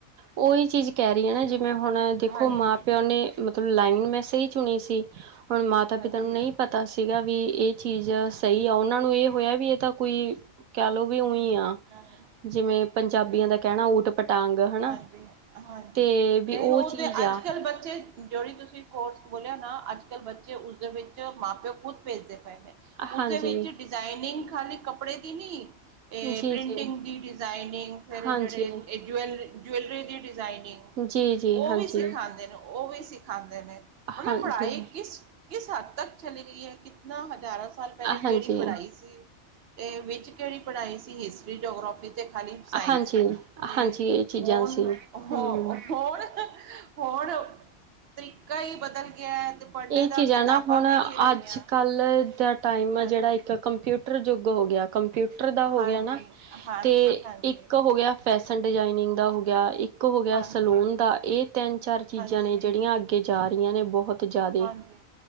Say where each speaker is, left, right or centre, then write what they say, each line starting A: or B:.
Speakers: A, on the right; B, on the right.
A: ਔਈ ਚੀਜ਼ ਕੈਰੀ ਆਨ ਨਾ, ਜਿਵੇਂ ਹੁਣ ਦੇਖੋ
B: ਹਾਂਜੀ
A: ਮਾਂ ਪਿਓ ਨੇ ਮਤਲਬ ਲਾਈਨ ਮੈਂ ਸਹੀ ਚੁਣੀ ਸੀ। ਹੁਣ ਮਾਤਾ
B: ਹਾਂਜੀ
A: ਪਿਤਾ ਨੂੰ ਨਹੀਂ ਪਤਾ ਸੀਗਾ ਵੀ ਇਹ ਚੀਜ਼
B: ਹਾਂਜੀ
A: ਸਹੀ ਆ ਉਹਨਾਂ ਨੂੰ ਏਹ ਹੋਇਆ ਵੀ ਏਹ ਤਾਂ ਕੋਈ ਕੇਹ ਲੋਓ ਵੀ ਉਵੇਈ ਆ,
B: ਹਾਂਜੀ।
A: ਜਿਵੇਂ ਪੰਜਾਬੀਆਂ
B: ਤੇ
A: ਦਾ ਕਹਿਣਾ ਊਟ ਪਟਾਂਗ ਹਨਾ।
B: ਹਾਂਜੀ- ਹਾਂਜੀ
A: ਤੇ ਵੀ
B: ਨ
A: ਉਹ
B: ਈ ਔ
A: ਚੀਜ਼
B: ਤੇ ਅੱਜ
A: ਆ
B: ਕੱਲ ਬੱਚੇ ਜਿਹੜੀ ਤੁਸੀਂ ਕੋਰਸ ਬੋਲਿਆ ਨਾ ਅੱਜ ਕੱਲ ਬੱਚੇ ਉਸਦੇ ਵਿੱਚ ਮਾਂ ਪਿਓ ਖੁਦ ਭੇਜਦੇ ਪਏ ਨੇ। ਓਸਦੇ
A: ਹਾਂਜੀ
B: ਵਿੱਚ ਡਿਜ਼ਾਇਨਿੰਗ ਖਾਲੀ ਕਪੜੇ ਦੀ ਨੀ, ਏਹ
A: ਜੀ-ਜੀ
B: ਪ੍ਰਿੰਟਿੰਗ ਦੀ ਡਿਜ਼ਾਇਨਿੰਗ ਫਿਰ
A: ਹਾਂਜੀ
B: ਏਹ ਜਿਹੜੇ ਜਵੈਲ ਜਵੈਲਰੀ ਦੀ ਡਿਜ਼ਾਇਨਿੰਗ।
A: ਜੀ-ਜੀ
B: ਓਹ
A: ਹਾਂਜੀ।
B: ਵੀ ਸਿਖਾਂਦੇ ਨੇ- ਓਹ ਵੀ ਸਿਖਾਂਦੇ ਨੇ, ਮਤਲਬ
A: ਹਾਂਜੀ,
B: ਪੜ੍ਹਾਈ ਕਿਸ ਕਿਸ ਹੱਦ ਤੱਕ ਚਲੀ ਗਈ ਏ ਕਿਤਨਾ ਹਜ਼ਾਰਾਂ ਸਾਲ ਪਹਿਲੇ ਕਿਹੜੀ
A: ਹਾਂਜੀ,
B: ਪੜ੍ਹਾਈ ਸੀ। ਤੇ ਵਿੱਚ ਕਿਹੜੀ ਪੜ੍ਹਾਈ ਸੀ ਹਿਸਟਰੀ ਜੋਗਰਾਫੀ ਤੇ ਖਾਲੀ ਸਾਇੰਸ
A: ਹਾਂਜੀ,
B: <unintelligible> ਤੇ
A: ਹਾਂਜੀ ਇਹ ਚੀਜ਼ਾਂ
B: ਹੂਨ?
A: ਸੀ
B: ਹੋ
A: ਹੂੰ।
B: ਹੋਣ ਹੋਣ ਤਰੀਕਾ ਹੀ ਬਦਲ ਗਿਆ। ਪੜ੍ਹਨੇ
A: ਇਹ
B: ਦਾ
A: ਚੀਜਾਂ
B: ਕਿਤਾਬਾਂ
A: ਨਾ ਹੁਣ
B: ਵੀ ਨਹੀਂ ਰਹੀਆਂ
A: ਅੱਜ -ਕੱਲ ਦਾ ਟਾਈਮ ਆਂ,
B: ਹਾਂਜੀ
A: ਜੇਹੜਾ ਏਕ ਕੰਪਿਊਟਰ ਜੂ਼ਗ ਹੋ ਗਿਆ, ਕੰਪਿਊਟਰ ਦਾ ਹੋ
B: ਹਾਂਜੀ
A: ਗਿਆ ਨਾ ਅਤੇ
B: ਹਾਂਜੀ ਹਾਂਜੀ
A: ਇੱਕ ਹੋ ਗਿਆ ਫੈਸ਼ਨ ਡਿਜ਼ਾਇਨਿੰਗ ਦਾ ਹੋ ਗਿਆ ਇੱਕ ਹੋ ਗਿਆ
B: ਹਾਂਜੀ
A: ਸਲੂਨ ਦਾ ਇਹ ਤਿੰਨ ਚਾਰ ਚੀਜ਼ਾਂ
B: ਹਾਂਜੀ
A: ਨੇ ਜਿਹੜੀਆਂ ਅੱਗੇ ਕੇ ਜਾ ਰਹੀਆਂ ਨੇ ਬਹੁਤ ਜ਼ਿਆਦੇ
B: ਹਾਂਜੀ